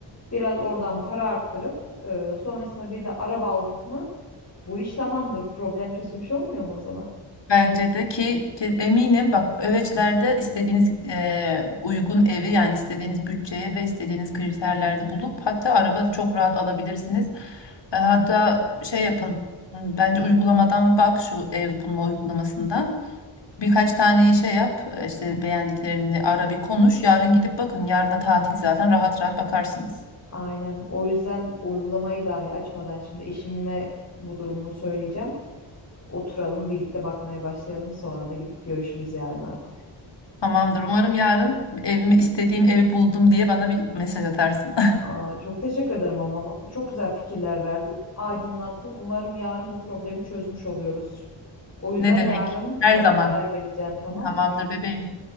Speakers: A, on the left; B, on the left.
A: biraz oradan para arttırıp e, sonrasında bir de araba aldık mı bu iş tamamdır. Problem çözülmüş olmuyor mu o zaman?
B: Bence de ki, ki eminim bak Öveçler'de istediğiniz eee, uygun evi yani istediğiniz bütçeye ve istediğiniz kriterlerde bulup hatta araba da çok rahat alabilirsiniz. E, hatta şey yapın m, bence uygulamadan bak şu ev bulma uygulamasından birkaç tane şey yap e, işte beğendiklerini ara bir konuş yarın gidip bakın yarın da tatil zaten rahat rahat bakarsınız.
A: Aynen. O yüzden uygulamayı dahi açmadan şimdi eşime bu durumu söyleyeceğim. Oturalım birlikte bakmaya başlayalım. Sonra da gidip görüşürüz yarın artık.
B: Tamamdır umarım yarın evimi istediğim evi buldum diye bana bir mesaj atarsın. <laughs>
A: Aa, çok teşekkür ederim ama çok güzel fikirler verdin. Aydınlattın. Umarım yarın bu problemi çözmüş oluyoruz. O yüzden
B: Ne demek
A: yarın sana
B: her zaman
A: haber vereceğim, tamam
B: tamamdır
A: mı?
B: bebeğim.